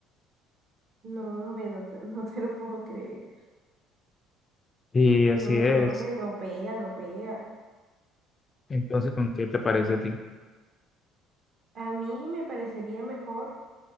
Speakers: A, on the right; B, on the left.
A: No, hombre, no te, <laughs> no te lo puedo creer.
B: Y así
A: No,
B: es.
A: no, hombre, no pega, no pega.
B: Entonces, ¿con qué te parece a ti?
A: A mí me parecería mejor